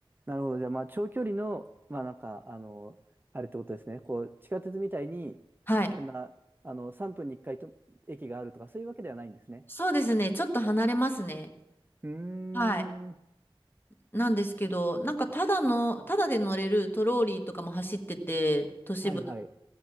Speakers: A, on the right; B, on the left.
A: なるほど。じゃあ、まあ、長距離の、まあ、なんか、あの、あれってことですね。こう、地下鉄みたいに、
B: はい。
A: こんな、あの、3分に1回と駅があるとか、そういうわけではないんですね。
B: そうですね。ちょっと離れますね。
A: うー
B: はい。
A: ん。
B: なんですけど、なんかただの、ただで乗れるトローリーとかも走ってて、都市部。
A: はいはい。